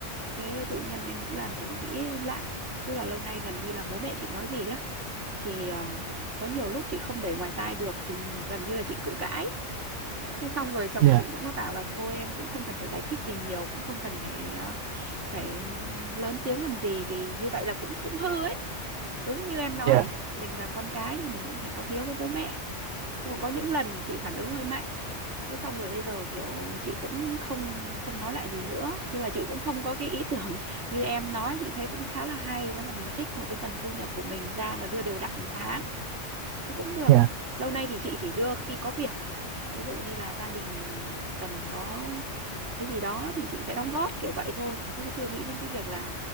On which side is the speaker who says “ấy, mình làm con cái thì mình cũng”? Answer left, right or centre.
Right